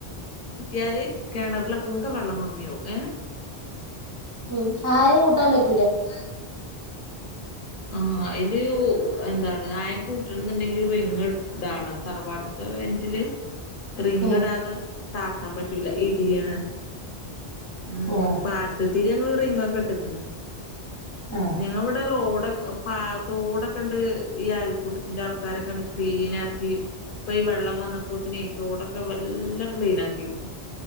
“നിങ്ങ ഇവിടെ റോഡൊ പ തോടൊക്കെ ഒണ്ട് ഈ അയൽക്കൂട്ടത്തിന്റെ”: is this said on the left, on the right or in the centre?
Left